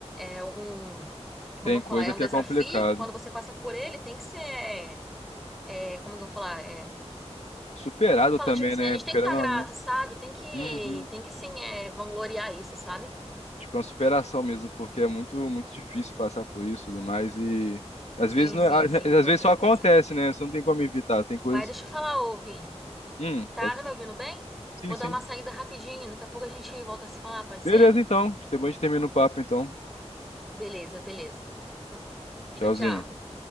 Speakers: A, in the centre; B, on the left (about 70°).
A: é um,
B: Tem
A: como eu falar,
B: coisa
A: é um
B: que
A: desafio
B: é complicado.
A: que quando você passa por ele tem que ser, é, é, como que eu vou falar, é,
B: Superado
A: como que fala,
B: também,
A: tipo assim,
B: né?
A: a gente
B: Querendo
A: tem que estar grato,
B: ou não.
A: sabe? Tem que,
B: Uhum.
A: tem que sim, é, vangloriar isso, sabe?
B: tipo, é uma superação mesmo, porque é muito, muito difícil passar por isso e tudo mais. E às
A: Sim,
B: vezes, não,
A: sim,
B: às
A: sim,
B: <laughs>
A: pois
B: às vezes só
A: é,
B: acontece,
A: pois é.
B: né? Você não tem como evitar. Tem coisas.
A: Mas deixa eu falar, ô Vini,
B: Hum,
A: tá,
B: pode.
A: tá me ouvindo bem?
B: Sim,
A: Vou
B: sim.
A: dar uma saída rapidinho, daqui a pouco a gente volta a se falar, pode ser?
B: Beleza, então. Depois a gente termina o papo, então.
A: Beleza, beleza. Tá bom.
B: Tchauzinho.
A: Tchau, tchau.